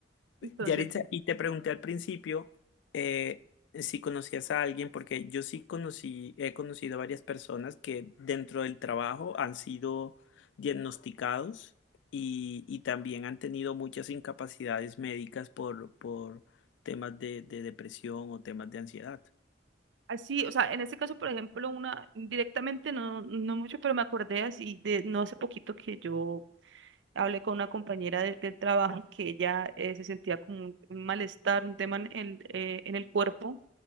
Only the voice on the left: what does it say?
Yaritza, y te pregunté al principio eh, si conocías a alguien, porque yo sí conocí, he conocido varias personas que dentro del trabajo han sido diagnosticados y, y también han tenido muchas incapacidades médicas por, por temas de, de depresión o temas de ansiedad.